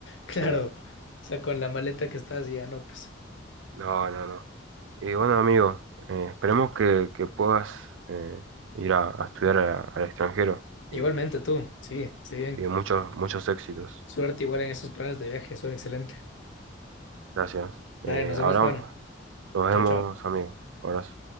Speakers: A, on the left; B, on the right.
A: Claro.
B: sí,
A: O sea, con la maleta que estás ya no, pues.
B: no, no, no. Y bueno, amigo, eh, esperemos que, que puedas eh, ir a, a estudiar a- al extranjero y,
A: Igualmente tú, sí, sí,
B: y muchos, muchos éxitos.
A: suerte igual en esos planes de viaje, son excelente.
B: Gracias.
A: Dale,
B: Eh,
A: nos vemos,
B: ahora
A: Juan.
B: nos vemos,
A: Chao, chao.
B: amigos. Abrazo.